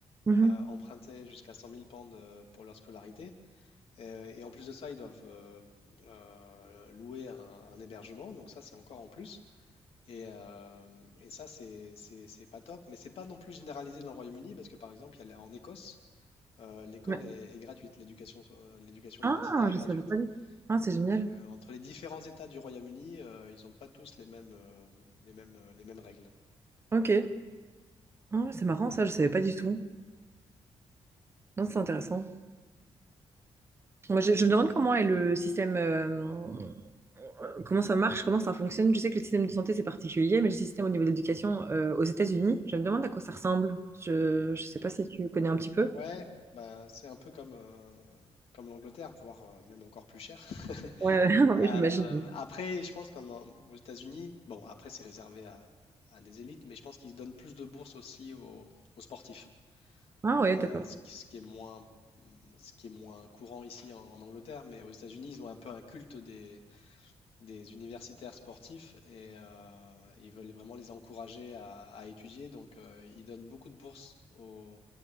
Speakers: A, on the right; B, on the left.
A: Mhm.
B: euh, emprunter jusqu'à 100 000 pounds euh, pour leur scolarité. Et, et en plus de ça, ils doivent euh, euh, louer un, un hébergement. Donc ça, c'est encore en plus. Et, euh, et ça, c'est c'est- c'est pas top. Mais c'est pas non plus généralisé dans le Royaume-Uni parce que par exemple, il y a, la- en Écosse, euh, l'école
A: Ouais.
B: est, est gratuite, l'éducation, euh, l'éducation universitaire
A: Ah,
B: est gratuite.
A: je savais pas du tout. Ah, c'est
B: Donc,
A: génial.
B: euh, entre les différents États du Royaume-Uni, euh, ils n'ont pas tous les mêmes, euh, les mêmes, euh, les mêmes règles.
A: Ok. Ah, c'est marrant, ça, je savais pas du tout. Non, c'est intéressant. Moi,
B: Donc,
A: je, je me demande comment est le système. euh, Comment ça marche? Comment ça fonctionne? Je sais que le système de santé, c'est particulier, mais le système au niveau de l'éducation euh, aux États-Unis, je me demande à quoi ça ressemble. Je ne sais pas si tu connais un petit peu.
B: ouais, bah, c'est un peu comme, euh, comme l'Angleterre, voire euh, même encore plus cher. <laughs>
A: Ouais, <laughs> ouais,
B: Euh,
A: j'imagine.
B: après, je pense qu'aux États-Unis, bon, après, c'est réservé à, à des élites, mais je pense qu'ils donnent plus de bourses aussi aux, aux sportifs.
A: Ah ouais,
B: Euh,
A: d'accord.
B: ce qui, ce qui est moins, ce qui est moins courant ici en, en Angleterre, mais aux États-Unis, ils ont un peu un culte des, des universitaires sportifs et euh, ils veulent vraiment les encourager à, à étudier. Donc, euh, ils donnent beaucoup de bourses aux,